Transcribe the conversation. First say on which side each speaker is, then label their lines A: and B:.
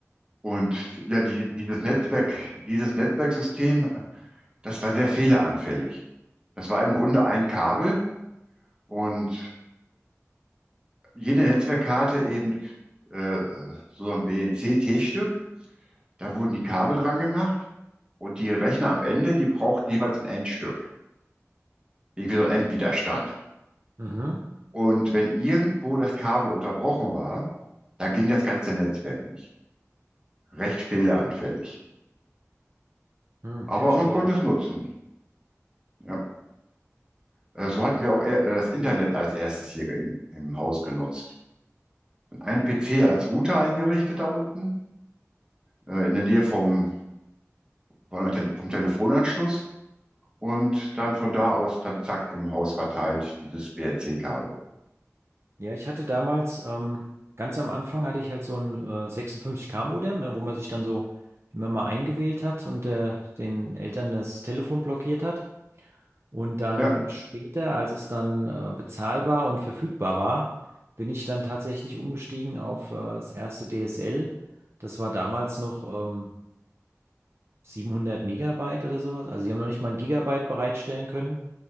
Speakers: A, on the right; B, on the right.
A: und ja, die, dieses Netzwerk, dieses Netzwerksystem, das war sehr fehleranfällig. Das war im Grunde ein Kabel und jede Netzwerkkarte eben äh, so ein BNC-T-Stück. Da wurden die Kabel dran gemacht und die Rechner am Ende, die brauchten jeweils ein Endstück, irgendwie so ein Endwiderstand.
B: Mhm.
A: Und wenn irgendwo das Kabel unterbrochen war, dann ging das ganze Netzwerk nicht. Recht fehleranfällig.
B: Hm,
A: Aber
B: ich verstehe.
A: man konnte es nutzen. Ja. Äh, So hatten wir auch eher äh, das Internet als erstes hier im, im Haus genutzt. Ein PC als Router eingerichtet da unten, äh, in der Nähe vom, von der Tele- vom Telefonanschluss und dann von da aus dann zack im Haus verteilt dieses BNC-Kabel.
B: Ja, ich hatte damals, ähm, ganz am Anfang hatte ich halt so ein äh, 56K-Modem, ne, wo man sich dann so immer mal eingewählt hat und äh, den Eltern das Telefon blockiert hat. Und dann
A: Ja,
B: später, als es dann äh, bezahlbar und verfügbar war, bin ich dann tatsächlich umgestiegen auf äh, das erste DSL. Das war damals noch ähm, 700 Megabyte oder sowas. Also sie haben noch nicht mal ein Gigabyte bereitstellen können